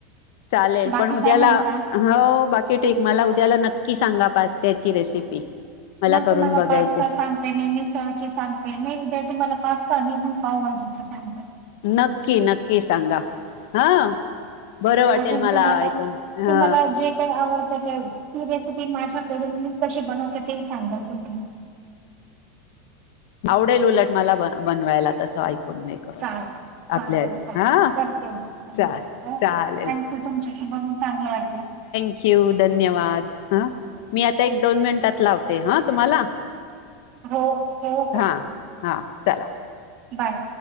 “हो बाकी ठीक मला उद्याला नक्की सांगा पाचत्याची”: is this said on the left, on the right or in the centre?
Left